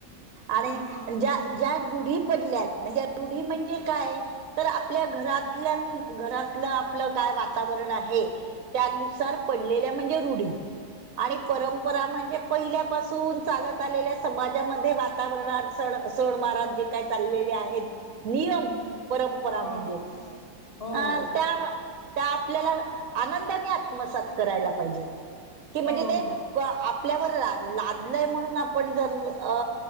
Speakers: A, on the right; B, on the left.
A: आणि
B: हा
A: ज्या ज्या रूढी पडल्यात म्हणजे रुढी म्हणजे काय? तर आपल्या घरातल्या घरातलं आपलं काय वातावरण आहे. त्यानुसार पडलेल्या म्हणजे रुढी. आणि परंपरा म्हणजे पहिल्यापासून चालत तलेल्या समाजामध्ये वातावरणात सण सण मारात जे काय चाललेले आहेत नियम
B: हम्म
A: परंपरा म्हणजे
B: हो हो हो
A: अं त्या त्या आपल्याला आनंदाने आत्मसात करायला पाहिजे की म्हणजे
B: हो
A: ते
B: हो
A: व आपल्यावर ला लादलय म्हणून आप आपण जर अ